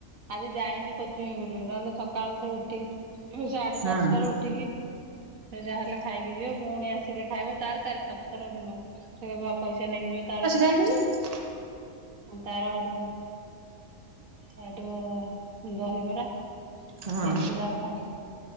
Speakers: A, on the right; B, on the right.
A: ଆଜି ଯାଇନି କଅଥିବି ବୋଲି ନହେଲେ ସକାଳୁ ସେ ଉଠିକି <unintelligible> ଏ ସାଢେ
B: ହଁ
A: ପାଞ୍ଚଟାରେ ଉଠିକି ଯାହାହେଲେ ଖାଇକି ଯିବ ପୁଣି ଆସି ସେ ଖାଇବ ତାର ଚାରି ପାଞ୍ଚ ଥର ଦିନକୁ ସେବା ପଇସା ନେଇକି ଯିବ ତାର
B: ଆଇଲେନି।
A: ତାର ଏଠୁ, ସେଠୁ ଦହିବରା
B: ହଁ
A: ଏମିତି ତାର ଖାଇବ,